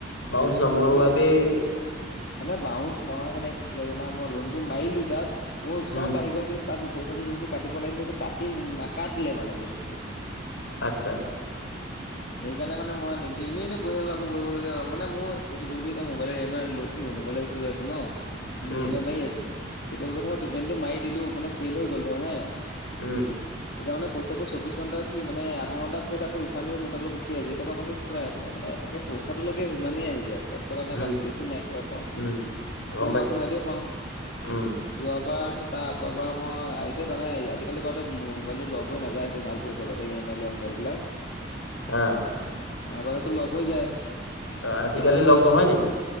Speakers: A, on the left (about 90°); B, on the left (about 55°).
A: মাউনচ নমৰোৱাকেই-
B: মোৰ মানে বাউন্ঞ্চ নহয় মানে কি হয় জানা? মই লোনটো মাৰিলোঁ তাত মোৰ
A: উম
B: চব আহি গ'ল কিন- তাত পইচাটো যোনটো কাটিব লাগিছিল সেইটো কাটি নাকাটিলে মানে বস্তুতটো।
A: আৎচ্ছা।
B: সেইকাৰণে মানে মই নিদো এনে এনে সেইকাৰণে মানে ময় নিদিলো এনেই এনেই প‌ইচাটো আকৌ ভৰিব লগীয়া হল মানে মোৰ এইটো যোনটো এটা mobile E M I loan- কিয় মোবাইলৰ সেইটো লৈ আছোঁ ন। মানে
A: উম
B: ই এম আই মাৰি আছোঁ কেতিয়াবা ধৰ পেমেন্টটো মাৰি দিলোঁ মানে ফেল হৈ গ'ল ধৰ হেঁ-
A: উম'
B: এতিয়া মানে পইচাটো চৌবিশ ঘণ্টা কি মান আধা ঘণ্টা পিছতে আকৌ ৰিফাইন হৈ মো- তালৈ গুচি আহিছে যেই টকা মাৰিছোঁ পুৰা মানে একে পইচাটো লেকে সিমানেই আহি যায়। এক টকা টা
A: উম
B: কাত বেছি নাই এক টকা কম
A: উম
B: এতিয়া
A: গম পাইছো
B: মই আকৌ মাৰি দিব পাওঁ।
A: উম
B: যোৱাবাৰ নে তাৰ আগৰবাৰ, মই এইটো জানাই আজিকালি বাৰুতে, মোবাইলটো লক হৈ নাযায়, সেইটো ভাল। কৰিছে বাৰুতে, ই এম আইট লোৱা মোবাইল বিলাক।
A: অ'।
B: আগতেটো লগ হৈ যায়,
A: আজিকালি
B: মইতো আগতেটো
A: লগ নহয়
B: লৈ
A: নেকি